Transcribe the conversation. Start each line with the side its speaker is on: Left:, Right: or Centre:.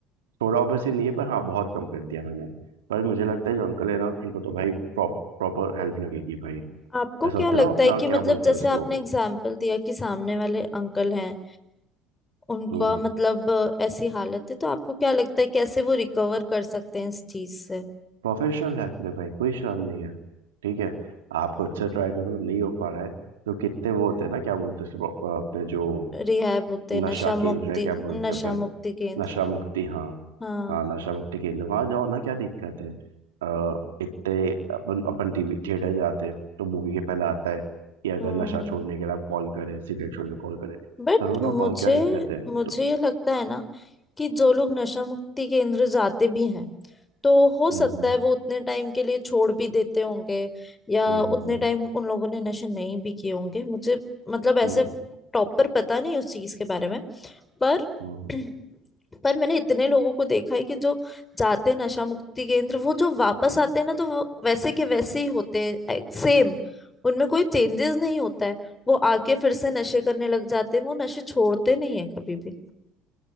Right: थोड़ा ऑब्वियसली नहीं है पर हाँ बहुत कम कर दिया मैंने पर मुझे लगता है जो अंकल है ना इनको तो भाई प्रॉपर हेल्प लगेगी भाई
Left: आपको
Right: ऐसा
Left: क्या
Right: होता
Left: लगता
Right: है ना अपना
Left: है कि
Right: क्या
Left: मतलब
Right: बोलते
Left: जैसे
Right: हैं उसको
Left: आपने एग्जाम्पल दिया कि सामने वाले अंकल हैं उनका
Right: हम्म
Left: मतलब अ, ऐसी हालत है तो आपको क्या लगता है कैसे वो रिकवर कर सकते हैं इस चीज से
Right: प्रोफेशनल हेल्प ले भाई कोई शर्म नहीं है ठीक है आप खुद से ट्राई करो नहीं हो पा रहा है तो कितने वो होते हैं ना क्या बोलते हैं उसको अपने जो
Left: रिहैब होते
Right: नशा
Left: नशा
Right: केंद्र
Left: मुक्ति
Right: है क्या बोलते
Left: नशा
Right: हैं अपन
Left: मुक्ति केंद्र
Right: नशा मुक्ति हाँ
Left: हाँ
Right: हाँ नशा मुक्ति केंद्र वहां जाओ ना क्या दिक्कत है अ, इतने अपन अपन टीवी थिएटर जाते हैं तो मूवी के पहले आता है कि अगर
Left: हम्म
Right: नशा छोड़ने के लिए आप कॉल करें सिगरेट छोड़ने कॉल करें
Left: बट
Right: करो
Left: मुझे
Right: ना कॉल क्या दिक्कत है
Left: मुझे
Right: तो
Left: ये लगता है ना कि जो लोग नशा मुक्ति केंद्र जाते भी हैं तो हो सकता
Right: हम्म हम्म
Left: है वो उतने टाइम के लिए छोड़ भी देते होंगे या
Right: हम्म
Left: उतने
Right: हम्म
Left: टाइम उन लोगों ने नशे नहीं भी किए होंगे मुझे मतलब ऐसे
Right: हम्म
Left: प्रॉपर पता नहीं उस चीज के बारे में पर
Right: हम्म, हम्म।
Left: <clears throat> पर मैंने इतने लोगों को देखा है कि जो जाते हैं नशा मुक्ति केंद्र वो जो वापस आते हैं ना तो वो वैसे के वैसे ही होते हैं सेम उनमें कोई चेंजेस नहीं होता है वो आके फिर से नशे करने लग जाते हैं वो नशे छोड़ते नहीं है कभी भी